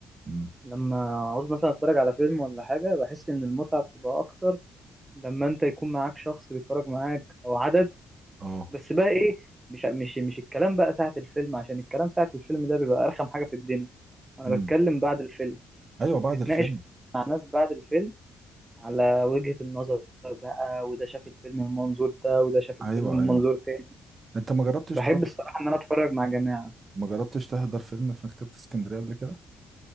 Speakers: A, on the right; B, on the right.
A: مم.
B: لما عاوز مثلا اتفرج على فيلم ولا حاجه بحس ان المتعه بتبقى اكتر لما انت يكون معاك شخص بيتفرج معاك او عدد
A: اه
B: بس بقى ايه مش مش مش الكلام بقى ساعة الفيلم عشان الكلام ساعة الفيلم ده بيبقى ارخم حاجة في الدنيا انا
A: مم.
B: بتكلم بعد الفيلم
A: ايوه بعد
B: تتناقش
A: الفيلم
B: مع ناس بعد الفيلم على وجهة النظر بقى وده شاف الفيلم من منظور ده وده شاف الفيلم
A: ايوه
B: من
A: ايوه
B: منظور تاني
A: انت ما جربتش
B: بحب
A: تروح
B: الصراحة ان انا اتفرج مع جماعة
A: ما جربتش تحضر فيلم في مكتبة اسكندرية قبل كده